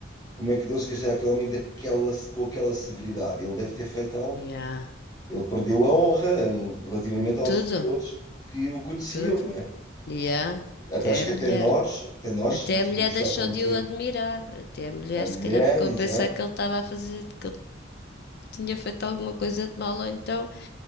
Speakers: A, on the left; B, on the left.
A: Como é que deu-se castigar aquele homem daquela, com aquela severidade? Ele deve ter feito algo.
B: Yeah.
A: Ele perdeu a honra eh, relativamente às
B: Tudo,
A: pessoas que o conheciam,
B: tudo.
A: não é?
B: Yeah.
A: Até
B: Até
A: acho que
B: a mulher.
A: até nós, até nós
B: Até
A: se víssemos
B: a mulher
A: isso
B: deixou
A: a acontecer.
B: de o admirar. Até a mulher,
A: A mulher,
B: se calhar, ficou
A: exato.
B: a pensar que ele estava a fazer, que ele tinha feito alguma coisa de mal, ou então,